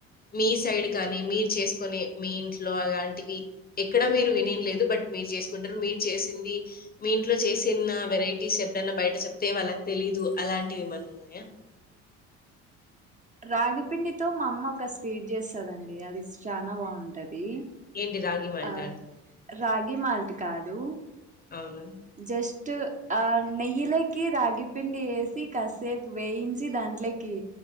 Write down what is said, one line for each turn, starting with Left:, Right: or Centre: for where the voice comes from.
Left: మీ సైడ్ కానీ మీరు చేసుకునే మీ ఇంట్లో అలాంటివి ఎక్కడ మీరు వినిన్లేదు బట్ మీరు చేసుకుంటారు మీరు చేసింది మీ ఇంట్లో చేసిన వెరైటీస్ ఎప్పుడన్నా బయట చెప్తే వాళ్ళకి తెలీదు అలాంటివి ఎమన్ ఉన్ యా
Right: రాగిపిండితో మా అమ్మ ఒక స్వీట్ చేస్దండి అది చాలా బాగుంటది డి
Left: ఏంటి రాగి మాల్టా
Right: ఆ
Left: అండి?
Right: రాగ్ గి మాల్ట్ కాదు
Left: అవునా?
Right: జస్ట్ ఆ నెయ్యిలేక్ కి రాగి పిండి వేసి కాస్సేపు వేయించి దాంట్లే కి